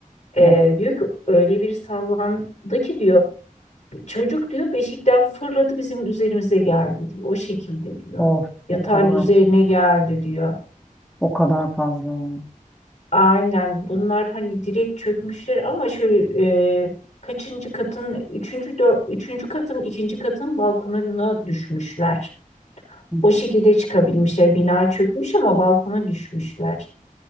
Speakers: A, on the left; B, in the centre.
A: E,
B: Evet.
A: diyor ki öyle bir sallandı ki diyor çocuk diyor beşikten fırladı bizim üzerimize geldi diyor. O şekilde diyor.
B: Of,
A: Yatağın
B: o kadar.
A: üzerine geldi diyor.
B: O kadar fazla yani.
A: Aynen bunlar hani direkt çökmüşler ama şöyle e, kaçıncı katın üçüncü dör, üçüncü katın ikinci katın balkonuna düşmüşler.
B: Hı.
A: O şekilde çıkabilmişler. Bina çökmüş ama balkona düşmüşler.